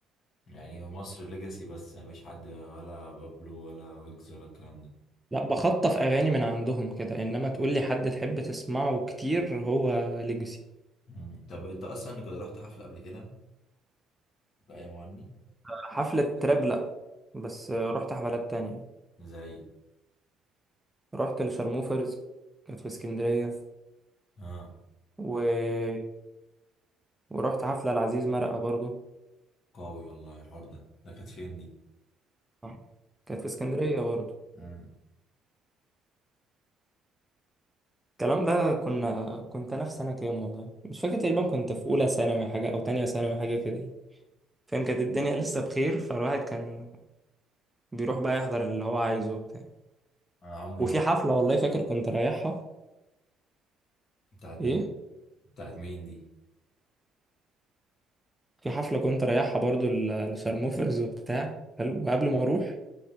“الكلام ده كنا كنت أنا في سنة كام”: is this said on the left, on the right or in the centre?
Centre